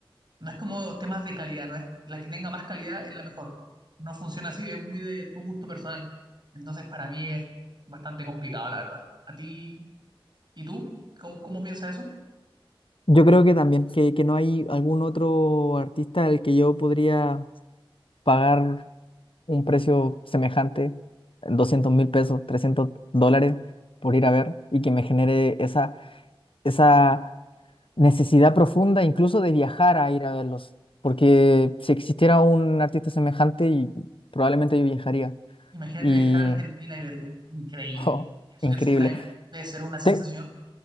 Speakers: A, on the right; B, on the left.
A: No es como temas de calidad, no es la que tenga más calidad es la mejor. No funciona así, es muy de tu gusto personal. Entonces, para mí es bastante complicado, la verdad. ¿A ti y tú? ¿Cómo, cómo piensas eso?
B: Yo creo que también, que, que no hay algún otro artista al que yo podría pagar un precio semejante, doscientos mil pesos, 300 dólares por ir a ver y que me genere esa, esa necesidad profunda incluso de viajar a ir a verlos. Porque si existiera un artista semejante, y probablemente yo viajaría.
A: Imagínate
B: Y,
A: viajar a Argentina y verlo. Increíble.
B: <laughs> oh, increíble.
A: En su prime. Debe ser una sensación
B: Te-